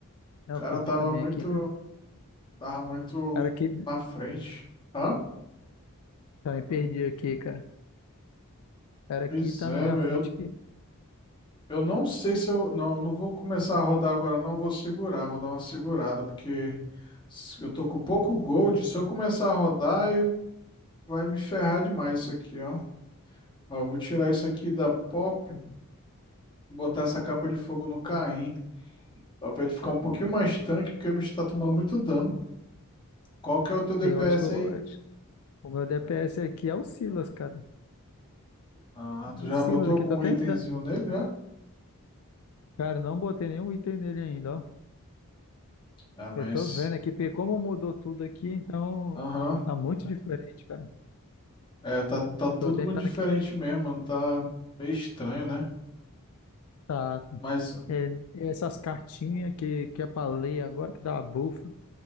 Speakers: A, on the left (about 70°); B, on the left (about 20°).
A: Ah,
B: O
A: Eu
B: cara
A: perdi
B: tava
A: também
B: muito.
A: aqui, cara.
B: Tava muito
A: Cara, aqui,
B: na frente. Hã?
A: também perdi aqui, cara. Cara, aqui
B: Pois
A: tá
B: é,
A: na minha
B: velho.
A: frente aqui
B: Eu, eu não sei se eu. Não, eu não vou começar a rodar agora, não. Vou segurar, vou dar uma segurada, porque se- eu tô com pouco gold. Se eu começar a rodar, eu- vai me ferrar demais isso aqui, ó. Ó, eu vou tirar isso aqui da pop, botar essa capa de fogo no Caim, ó, pra ele ficar um pouquinho mais tanque, porque o bicho tá tomando muito dano. Qual que é o teu DPS
A: eu acho que eu vou-
B: aí?
A: eu acho que o meu DPS aqui é o Silas, cara.
B: Ah, tu
A: É
B: já
A: O Silas
B: botou
A: aqui,
B: algum
A: tô tentando.
B: itemzinho nele já?
A: Cara, não botei nenhum item nele ainda, ó.
B: Ah, mas.
A: Eu tô vendo aqui, porque como mudou tudo aqui, então
B: Aham.
A: tá muito diferente, cara.
B: É, tá, tá tudo
A: Tô tentando
B: muito diferente
A: aqui.
B: mesmo, mano. Tá meio estranho, né?
A: Tá.
B: Mas
A: É, essas cartinhas que, que eu falei agora, que dá a bufa.